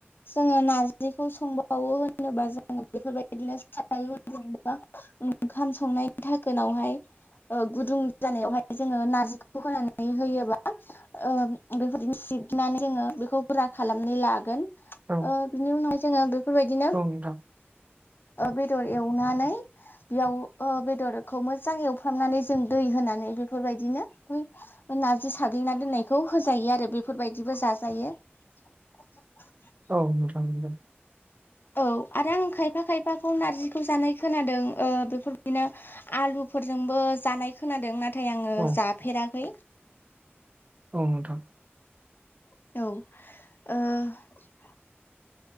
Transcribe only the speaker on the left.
जोङो नार्जिखौ संबावो होनोबा <unintelligible> जोङो बेफोरबायदिनो साराय गुदुं एबा ओंखाम संनायनि थाखोनावहाय गुदुं जानायावहाय जोङो नार्जिखौ होनानै होयोबा बेफोरनो <unintelligible> सिबनानै जोङो बेखौ गुरा खालामनानै लागोन
बिनि उनाव जोङो बेफोरबायदिनो
बेदर एवनानै बेयाव बेदरखौ मोजां एवफ्रामनानै जों दै होनानै बेफोरबायदिनो नारजि साग्लिना दोन्नायखौ होजायो आरो बेफोरबायदिबो जाजायो <inaudible>
औ आरो आं खायफा खायफाखौ नार्जिखौ जानाय खोनादों बेफोरबायदिनो आलुफोरजोंबो जानाय खोनादों नाथाय आङो
जाफेराखै
औ